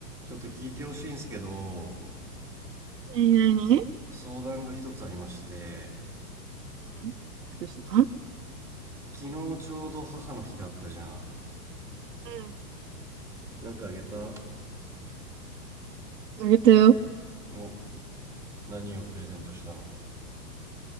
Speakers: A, in the centre; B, on the right (about 75°).
A: ちょっと聞いてほしいんですけど、
B: 何何
A: 相談が一つありまして、
B: うんどうしたう
A: 昨日ちょうど母の日だったじゃん。
B: ん
A: なんかあげた
B: あげたよ。
A: お、何をプレゼントしたの